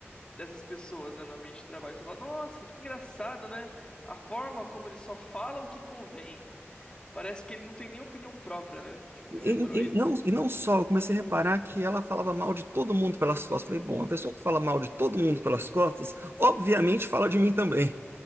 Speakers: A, on the left (about 20°); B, on the right (about 55°).
A: dessas pessoas, né, no ambiente de trabalho, você fala, nossa, que engraçado, né? A forma como ele só fala o que convém. Parece que ele não tem nem opinião própria, né? Tipo,
B: e,
A: já reparou isso?
B: e não, e não só, eu comecei a reparar que ela falava mal de todo mundo pelas costas. Falei, bom, a pessoa que fala mal de todo mundo pelas costas, obviamente fala de mim também.